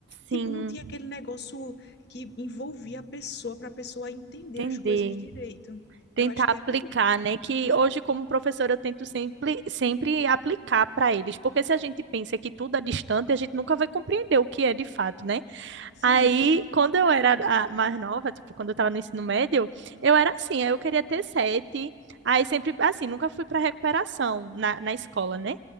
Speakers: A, on the right; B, on the left.
A: sim,
B: tipo, não tinha aquele negócio que envolvia a pessoa para a pessoa entender
A: entender.
B: as coisas direito.
A: tentar
B: Eu acho que
A: aplicar,
B: era isso.
A: né? Que hoje, como professora, eu tento sempre, sempre aplicar para eles, porque se a gente pensa que tudo é distante, a gente nunca vai compreender o que é de fato, né?
B: Sim.
A: Aí, quando eu era a- mais nova, tipo, quando eu estava no ensino médio, eu era assim, aí eu queria ter sete, aí sempre, assim, nunca fui para recuperação na, na escola, né?